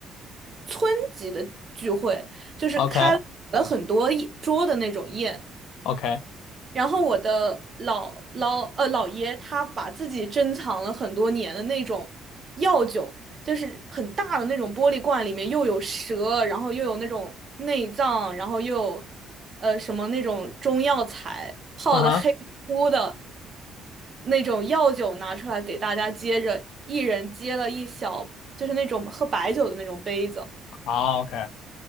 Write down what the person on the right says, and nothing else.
村级的聚会，就是开了很多一桌的那种宴。
然后我的老老呃姥爷他把自己珍藏了很多年的那种药酒，就是很大的那种玻璃罐，里面又有蛇，然后又有那种内脏，然后又有呃什么那种中药材泡的黑乎乎的
那种药酒拿出来给大家接着，一人接了一小，就是那种喝白酒的那种杯子。